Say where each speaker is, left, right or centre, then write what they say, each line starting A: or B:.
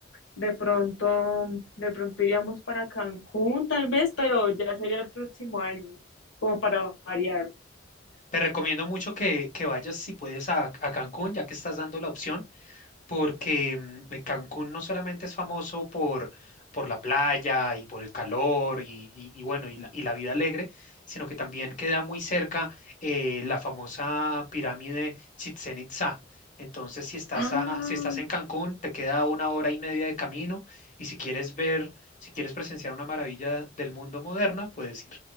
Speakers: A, on the left (about 85°); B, on the left (about 40°).
A: de pronto, de pronto iríamos para Cancún, tal vez, pero ya sería el próximo año, como para variar.
B: Te recomiendo mucho que, que vayas si puedes a, a Cancún, ya que estás dando la opción, porque mm, eh, Cancún no solamente es famoso por, por la playa y por el calor y, y- y bueno, y la, y la vida alegre, sino que también queda muy cerca eh, la famosa pirámide Chichén Itzá. Entonces, si estás,
A: Ah,
B: a- si estás en Cancún, te queda una hora y media de camino y si quieres ver, si quieres presenciar una maravilla del mundo moderna, puedes ir